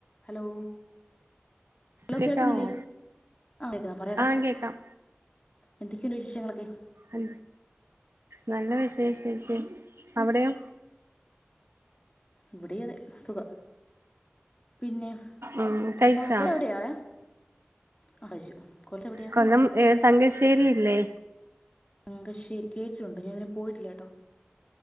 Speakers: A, on the left; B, on the right.
A: Hello hello
B: കേക്കാവോ
A: കേൾക്കുന്നില്ലേ ആഹ് കേക്കുന്നാ പറയടാ
B: ആഹ് കേക്കാം
A: എന്തൊകേയുണ്ട് വിശേഷങ്ങളൊക്കെ
B: മ് നല്ല വിശേഷം ചേച്ചി അവിടെയോ
A: ഇവിടെയും അതെ സുഖം പിന്നെ
B: ഉം കഴിച്ചാ
A: കോഴിക്കോട് എവിടെയാടാ ആഹ് കഴിച്ചു കൊല്ലത്ത് എവിടയാ
B: കൊല്ലം ഏഹ് തങ്കശ്ശേരിയില്ലേ
A: തങ്കശ്ശേരി കേട്ടിട്ടുണ്ട് ഞാന് ഇതുവരെ പോയിട്ടില്ല കേട്ടോ